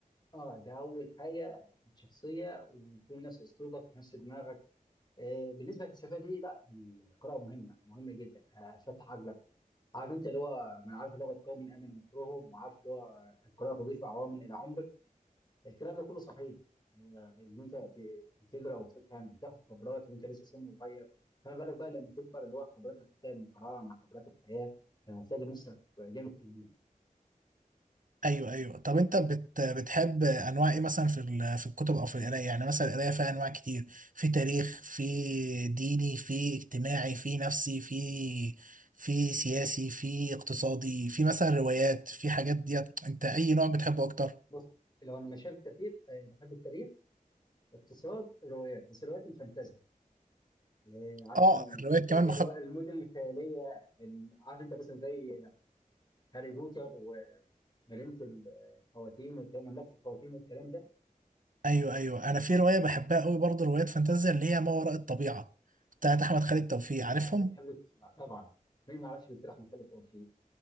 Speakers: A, on the left; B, on the right.
A: اه ده اول حاجه الشخصيه ويكون نفس اسلوبك نفس دماغك آه، بالنسبه للفلسفه دي لا القراءه مهمه مهمه جدا آه، فتح عقلك عارف انت اللي هو من عارف لغه قوم امن مكرهم وعارف اللي هو القراءه تضيف عوامل الى عمرك الكلام ده كله صحيح آه، ان انت ب- بتقرا وتفهم بتاخد خبرات وانت لسه سن صغير فما بالك بقى لما تكبر اللي هو الخبرات اللي خدتها من القراءه مع خبرات الحياه فهتلاقي نفسك جامد تنين
B: ايوه ايوه طب انت بت بتحب انواع ايه مثلا في ال- في الكتب او في القرايه يعني مثلا القرايه فيها انواع كتير في تاريخ في ديني في اجتماعي في نفسي في في سياسي في اقتصادي في مثلا روايات في حاجات ديت انت اي نوع بتحبه اكتر
A: بص لو انا مشاهد كتير آه، بحب التاريخ اقتصاد روايات بس روايات الفانتازيا إيه، عارف
B: اه
A: الفانتازيا
B: الروايات كمان
A: اللي هو المدن الخياليه ال- عارف انت مثلا زي هاري بوتر ومدينه ال- الخواتيم والكلام مملكه الخواتيم والكلام ده
B: ايوه ايوه انا في روايه بحبها قوي برضه روايات فانتازيا اللي هي ما وراء الطبيعه بتاعت احمد خالد توفيق عارفهم
A: اه انت بتحب الك- آه، طبعا مين ما يعرفش الاقتراح من خالد توفيق